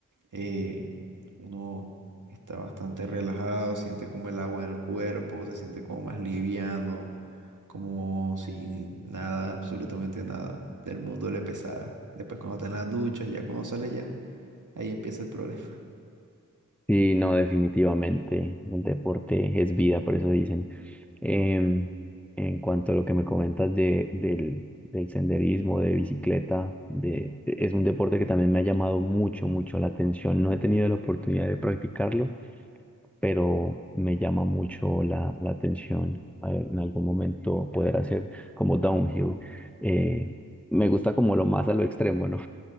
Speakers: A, on the right; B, in the centre.
A: eh, uno está bastante relajado, siente como el agua en el cuerpo, se siente como más liviano, como si nada, absolutamente nada del mundo le pesara. Después cuando está en las duchas, ya cuando sale ya, ahí empieza el problema.
B: Sí, no, definitivamente. El deporte es vida, por eso dicen. Em, en cuanto a lo que me comentas de, del, del senderismo, de bicicleta, de, es un deporte que también me ha llamado mucho, mucho la atención. No he tenido la oportunidad de practicarlo, pero me llama mucho la, la atención a ver, en algún momento poder hacer como downhill. Eh, me gusta como lo más a lo extremo, ¿no?